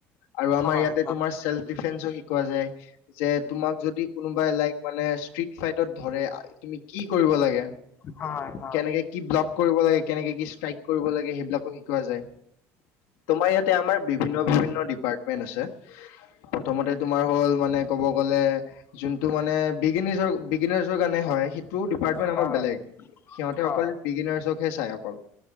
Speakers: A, on the left; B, on the left.
A: আৰু আমাৰ
B: হয়
A: ইয়াতে তোমাৰ চেল্ফ ডিফেন্সো শিকোৱা যায়। যে তোমাক যদি কোনোবাই লাইক মানে ষ্ট্ৰিট ফাইদত ধৰে। তুমি কি কৰিব লাগে,
B: হয় হয়
A: কেনেকে কি ব্লক কৰিব লাগে কেনেকে কি ষ্ট্ৰাইক কৰিব লাগে। সেইবিলাকো শিকোৱা যায়, তোমাৰ ইয়াতে আমাৰ বিভিন্ন বিভিন্ন ডিপাৰ্টমেন্ট আছে। প্ৰথমতে তোমাৰ হ'ল মানে ক'ব গ'লে যোনটো মানে বিগনিজৰ-বিগিনাৰছৰ কাৰণে হয়। টো ডিপাৰ্টমেণ্ট
B: হয়
A: আমাৰ বেলেগ, সিহঁতে
B: হয়
A: অকল বিগিনাৰচকহে চাই অকল।